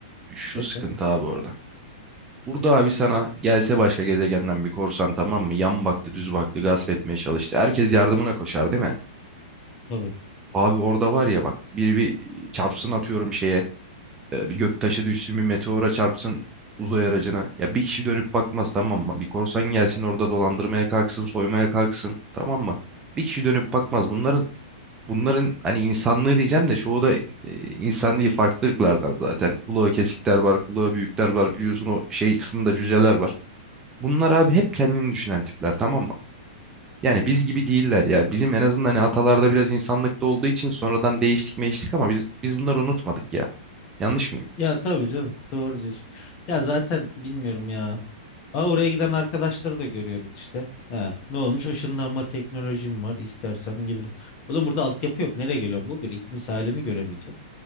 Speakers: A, on the right; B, on the left.
A: Şu
B: Estağfurullah.
A: sıkıntı abi orada. Burada abi sana gelse başka gezegenden bir korsan tamam mı? Yan baktı düz baktı gasp etmeye çalıştı. Herkes yardımına koşar değil mi?
B: Tabii.
A: Abi orada var ya bak biri bir çarpsın atıyorum şeye e, bir göktaşı düşsün bir meteora çarpsın uzay aracına ya bir kişi dönüp bakmaz tamam mı? Bir korsan gelsin orada dolandırmaya kalksın soymaya kalksın tamam mı? Bir kişi dönüp bakmaz bunların bunların hani insanlığı diyeceğim de çoğu da e, insan değil farklı ırklardan zaten kulağı kesikler var kulağı büyükler var biliyorsun o şey kısmında cüceler var. Bunlar abi hep kendini düşünen tipler tamam mı? Yani biz gibi değiller ya. Bizim en azından hani atalarda biraz insanlıkta olduğu için sonradan değiştik meştik ama biz biz bunları unutmadık ya. Yanlış mıyım?
B: Ya tabii canım doğru diyorsun. Ya zaten bilmiyorum ya. Aa, oraya giden arkadaşları da görüyoruz işte. Ha, ne olmuş? Işınlanma teknolojim var. İstersem gelirim. Oğlum burada altyapı yok. Nereye geliyorum? Bu bir. İkincisi aileni göremeyeceğim.